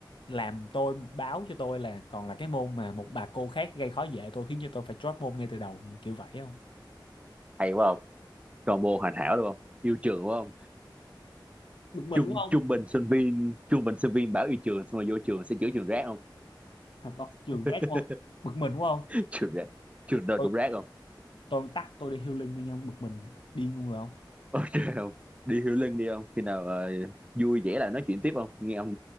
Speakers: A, on the left; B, on the right.
A: làm tôi báo cho tôi là còn là cái môn mà một bà cô khác gây khó dễ tôi khiến cho tôi phải drop môn ngay từ đầu kiểu vậy không
B: hay quá combo hoàn hảo đúng không yêu trường đúng không
A: bực mình
B: trung
A: đúng không
B: trung bình sinh viên trung bình sinh viên bảo yêu trường xong rồi vô trường sẽ chữa trường rác không
A: thật không trường
B: <laughs>
A: rác không bực mình đúng không
B: trường rác trường đâu
A: tôi
B: cũng rác không
A: tôi tắt tôi đi healing đi nha bực mình điên luôn rồi không
B: ok không đi hiểu lưng đi không khi nào ờ, vui vẻ là nói chuyện tiếp không nghe ông